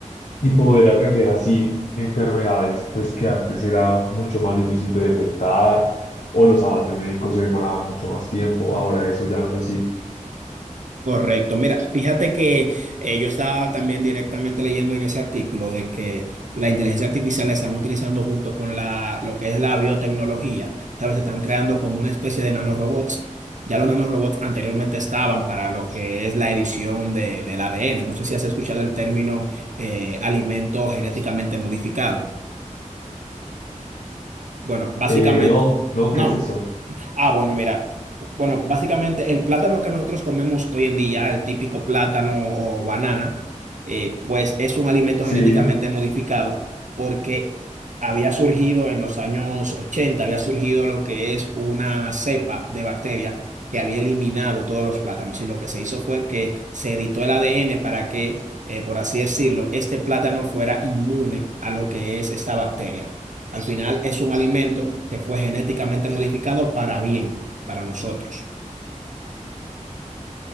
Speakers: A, on the left; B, on the right.
A: y poder atender así enfermedades pues que antes era mucho más difícil de detectar o los avances médicos se demoraban mucho más tiempo, ahora eso ya no es así.
B: Correcto. Mira, fíjate que eh, yo estaba también directamente leyendo en ese artículo de que la inteligencia artificial la están utilizando junto con la, lo que es la biotecnología. ¿Sabes? Están creando como una especie de nanorobots. Ya los nanorobots anteriormente estaban para lo que es la edición de, del ADN. No sé si has escuchado el término eh, alimento genéticamente modificado. Bueno, básicamente,
A: Eh, no, no,
B: no.
A: ¿qué es eso?
B: Ah, bueno, mira. Bueno, básicamente el plátano que nosotros comemos hoy en día, el típico plátano o banana, eh, pues es un alimento
A: Sí,
B: genéticamente modificado porque había surgido en los años 80, había surgido lo que es una cepa de bacteria que había eliminado todos los plátanos. Y lo que se hizo fue que se editó el ADN para que, eh, por así decirlo, este plátano fuera inmune a lo que es esta bacteria. Al final es un alimento que fue genéticamente modificado para bien, para nosotros.